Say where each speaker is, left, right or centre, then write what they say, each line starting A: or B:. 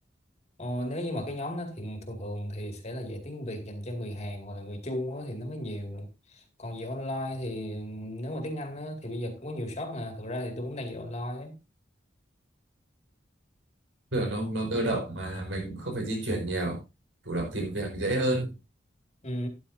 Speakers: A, on the left (about 35°); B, on the right (about 80°).
A: Ờ, nếu như mà cái nhóm đó thì thường thường thì sẽ là dạy tiếng Việt dành cho người Hàn hoặc là người Trung á, thì nó mới nhiều còn dạy online thì nếu mà tiếng Anh á, thì bây giờ cũng có nhiều shop mà thực ra thì tôi cũng đang dạy online á.
B: Được không? Nó cơ động mà mình cũng không phải di chuyển nhiều, chủ động tìm việc dễ hơn.
A: ừ.